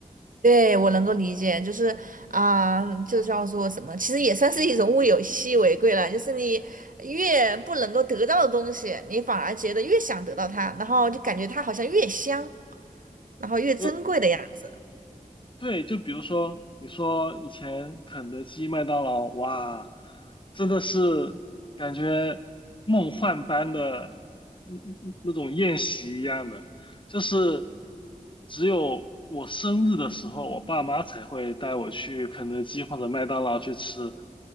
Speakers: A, on the right; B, on the left.
A: 对，我能够理解，就是啊、就叫做什么，其实也算是一种物有稀为贵了。就是你越不能够得到的东西，你反而觉得越想得到它，然后就感觉它好像越香，然后越珍贵的样子。
B: 呃，对，就比如说，你说以前肯德基、麦当劳，哇，真的是感觉梦幻般的嗯嗯嗯那种宴席一样的，就是只有我生日的时候，我爸妈才会带我去肯德基或者麦当劳去吃。